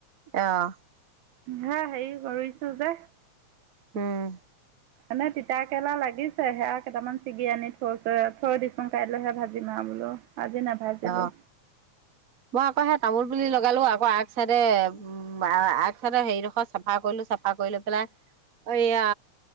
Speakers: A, on the right; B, on the right.
A: অহ',
B: হা', হেৰি কৰিছো যে',
A: উম',
B: এনে তিতা কেৰেলা লাগিছে, সেয়া কেইটামান ছিগি আনি থৈছো, থৈ দিচোন কাইলৈহে ভাজিম আৰু বোলো। আজি নাভাজিলোঁ।
A: অ মই', আকৌ সেই তামোল পুলি লগালো, আকৌ আগ চাইডে, উম', আগচাইডে হেৰিডোখৰত চাফা কৰিলো। চাফা কৰি লৈ পেলাই এইয়া